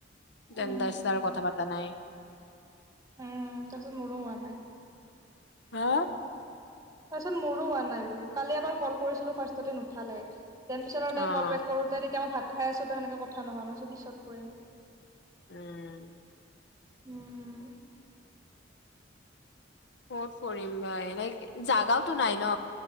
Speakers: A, on the right (about 20°); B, on the left (about 65°).
A: উম
B: তেন্ত চাৰ কথা পতা নাই।
A: উম, তাৰপিছত মোৰো হোৱা নাই।
B: হা
A: তাৰপিছত মোৰো হোৱা নাই বোলো কালি এবাৰ কল কৰিছিলো ফাৰ্ষ্টতে নুঠালে। তেন পিছত আৰু
B: অ',
A: তই কল বেক কৰোতে তেতিয়া মই ভাত খাই আছো তো সেনেকে কথা নহয় মই পিছত কৰিম।
B: উম
A: উম
B: কত ফৰিম বা এনে জাগাওতো নাই ন।